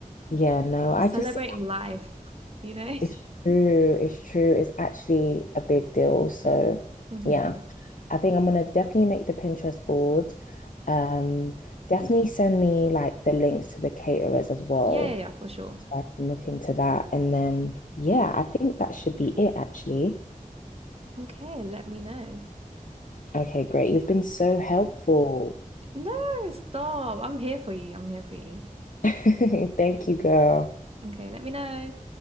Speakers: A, on the left (about 65°); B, on the right (about 45°).
A: Yeah, no,
B: Because
A: I
B: celebrating
A: just,
B: life, you know?
A: it's
B: <laughs>
A: true, it's true. It's actually a big deal. So,
B: hmm
A: yeah, I think I'm gonna definitely make the Pinterest board. Um, definitely send me like the links to the caterers as well.
B: Yeah, yeah, yeah, for sure.
A: So I can look into that. And then, yeah, I think that should be it, actually.
B: Okay, let me know.
A: Okay, great. You've been so helpful.
B: No, stop. I'm here for you. I'm here for you.
A: <laughs> Thank you, girl.
B: Okay, let me know.